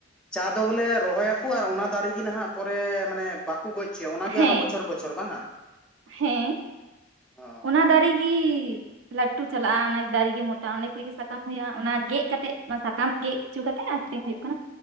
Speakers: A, in the centre; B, on the right.
A: ᱪᱟ ᱫᱚ ᱵᱚᱞᱮ ᱨᱚᱦᱚᱭᱟ ᱠᱚ ᱟᱨ ᱚᱱᱟ ᱫᱟᱨᱮ ᱜᱤ ᱱᱟᱦᱟᱜ ᱯᱚᱨᱮ ᱢᱟᱱᱮ ᱵᱟᱠᱩ ᱜᱚᱡ ᱦᱚᱪᱚᱭᱟ ᱚᱱᱟᱜᱮ
B: ᱦᱮᱸ
A: ᱟᱨᱦᱚᱸ ᱵᱚᱪᱷᱚᱨ ᱵᱚᱪᱷᱚᱨ ᱵᱟᱝᱼᱟ?
B: ᱦᱮᱸ
A: ᱦᱚᱸ
B: ᱚᱱᱟ ᱫᱟᱨᱮ ᱜᱤ ᱞᱟᱹᱴᱩ ᱪᱟᱞᱟᱜᱼᱟ, ᱚᱱᱟ ᱫᱟᱨᱮᱜᱮ ᱜᱮ ᱢᱚᱴᱟ ᱚᱸᱰᱮ ᱠᱷᱚᱡᱜᱤ ᱥᱟᱠᱟᱢ ᱦᱩᱭᱩᱜᱼᱟ, ᱚᱱᱟ ᱜᱮᱫ ᱠᱟᱛᱮᱜ ᱚᱱᱟ ᱥᱟᱠᱟᱢ ᱜᱮᱫ ᱦᱚᱪᱚ ᱠᱟᱛᱮᱫ ᱟᱠᱷᱨᱤᱧ ᱦᱩᱭᱩᱜ ᱠᱟᱱᱟ